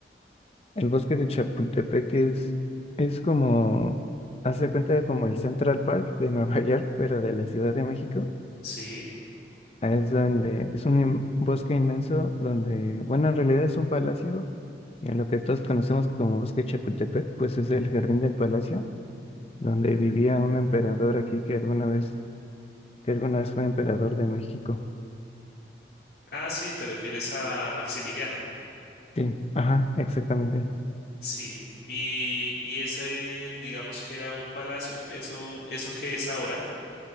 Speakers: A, on the left; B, on the left.
A: El bosque de Chapultepec es, es como, haz de cuenta de como el Central Park de <laughs> Nueva York, pero de la Ciudad de México.
B: Sí.
A: Ahí Es donde, es un in- bosque inmenso donde, bueno, en realidad es un palacio, y lo que todos conocemos como bosque de Chapultepec, pues es el jardín del palacio, donde vivía un emperador aquí que alguna vez, que alguna vez fue emperador de México.
B: Ah, sí, te refieres a Maximiliano.
A: Sí, ajá, exactamente.
B: Sí. Y, y ese, digamos que era un palacio, eso, eso que es ahora.